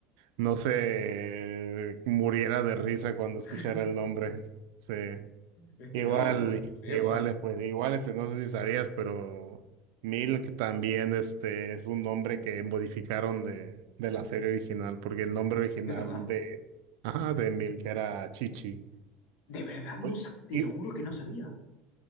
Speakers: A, on the right; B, on the left.
A: no se muriera de risa cuando escuchara
B: <laughs>
A: el nombre. Sí.
B: Es que
A: Igual,
B: no, no, es muy feo.
A: igual, pues igual, este, no sé si sabías, pero Milk también este, es un nombre que modificaron de, de la serie original, porque el nombre original
B: ¿De verdad?
A: de, ajá, de Milk era Chichi.
B: ¿De verdad? No,
A: Uy,
B: sa- te
A: y-
B: lo juro que no sabía.